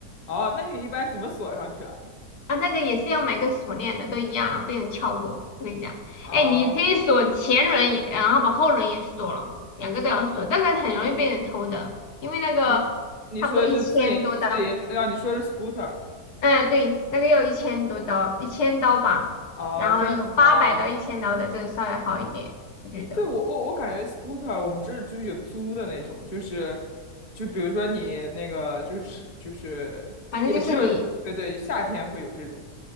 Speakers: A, on the left (about 30°); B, on the left (about 80°).
A: 哦，那你一般怎么锁上去啊？
B: 啊，那个也是要买个锁链的，都一样啊，被人撬过。我跟你讲，
A: 啊，
B: 哎，你可以锁前轮也然后把后轮也锁了，两个都要锁，但是很容易被人偷的，因为那个差不多一千多刀，
A: 你你说的是自营自营，啊，你说的是 scooter
B: 嗯，对，那个要一千多刀，一千刀吧，
A: 啊，
B: 然后有八百到一千刀的，
A: 真啊，
B: 这个稍微好一点，我觉得，
A: 对我我我感觉 scooter 我们这儿就是有租的那种，就是就比如说你那个就是就是也只有对对夏天会有这种，
B: 反正就是你。